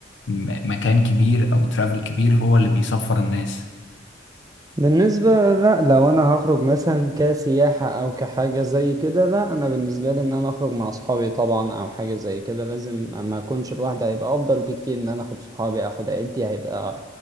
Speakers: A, on the left; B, on the right.
A: م- مكان كبير او ترافل كبير هو اللي بيسفر الناس
B: بالنسبة لا لو انا هخرج مثلا كسياحة او كحاجة زي كده لا انا بالنسبة لي ان انا اخرج مع صحابي طبعا او حاجة زي كده لازم اما اكونش لوحدي هيبقى افضل بكتير ان انا اخد صحابي اخد عيلتي هيبقى